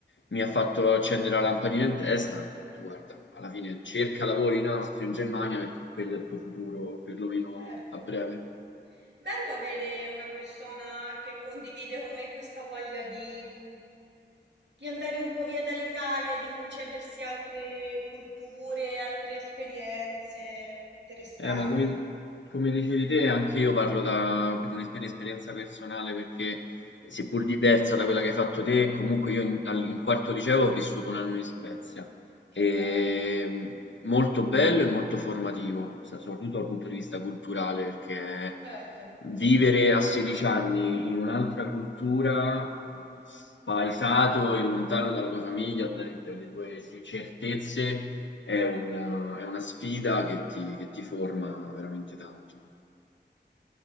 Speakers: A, on the left (about 85°); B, on the right (about 70°).
A: mi ha fatto accendere la lampadina in testa. Ho detto, guarda, alla fine cerca lavoro in Austria, o in Germania, perché quello è il tuo futuro, perlomeno
B: certo.
A: a breve.
B: Bello avere una persona che condivide con me questa voglia di, di andare un po' via dall'Italia, di concedersi altre culture, altre esperienze. Interessante.
A: Eh, ma come, come dicevi te, anche io parlo da, per un'esper- esperienza personale perché, seppur diversa da quella che hai fatto te, comunque io in, al- in quarto liceo ho vissuto un anno in Svezia.
B: Che
A: E,
B: bello,
A: mh, molto bello e molto formativo, sa- soprattutto dal punto di vista culturale, perché
B: certo.
A: vivere a 16 anni in un'altra cultura, spaesato e lontano dalla tua famiglia, dalle dalle tue sì, certezze è un- è una sfida che ti, che ti forma veramente tanto.